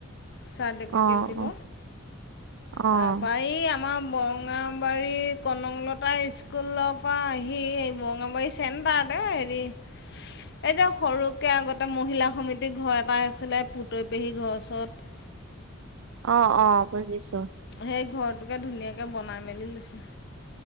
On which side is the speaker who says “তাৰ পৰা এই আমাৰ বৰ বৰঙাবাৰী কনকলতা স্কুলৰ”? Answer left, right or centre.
Left